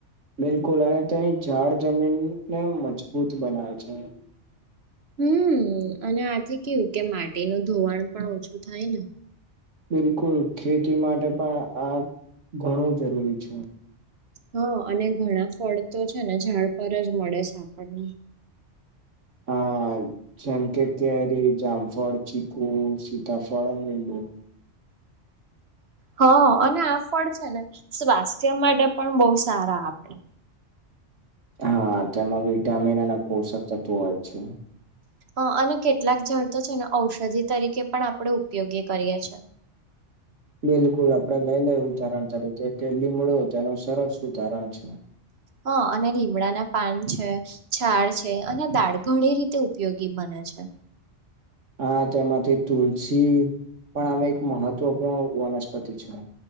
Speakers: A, on the right (about 80°); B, on the right (about 60°).
A: બિલકુલ અને તેની ઝાડ જમીનને મજબૂત બનાવે છે.
B: હમ્મ અને આથી કેવું કે માટીનું ધોવાણ પણ ઓછું થાય ને.
A: બિલકુલ ખેતી માટે પણ આ ઘણું જરૂરી છે.
B: હા અને ઘણા ફળ તો છે ને ઝાડ પર જ મળે છે આપણને.
A: હા જેમ કે કેરી જામફળ ચીકુ સીતાફળ અને લીંબુ.
B: હ અને આ ફળ છે ને સ્વાસ્થ્ય માટે પણ બહુ સારા આપડા.
A: હા તેમાં વિટામિન અને પોષક તત્વ હોય છે.
B: અ અને કેટલાક ઝાડ તો છે ને ઔષધિ તરીકે પણ આપણે ઉપયોગી કરીએ છે.
A: બિલકુલ આપડે લઈ લે એ ઉદાારણ તરીકે કે લીમડો તેનું સરસ ઉદાહરણ છે.
B: હા અને લીમડા ના પાન છે. છાળ છે અને દાળ ઘણી રીતે ઉપયોગી બને છે.
A: હા તેમાંથી તુલસી, પણ હવે એક મહત્વપૂર્ણ વનસ્પતિ છે.